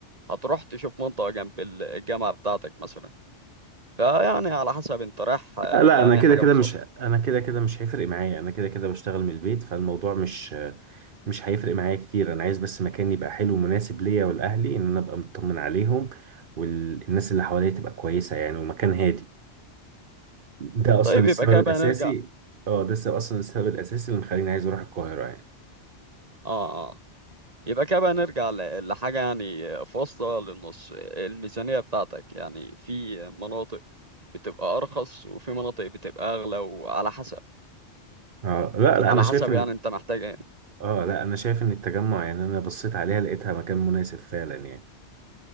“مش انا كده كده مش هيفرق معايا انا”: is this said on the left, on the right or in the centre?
Right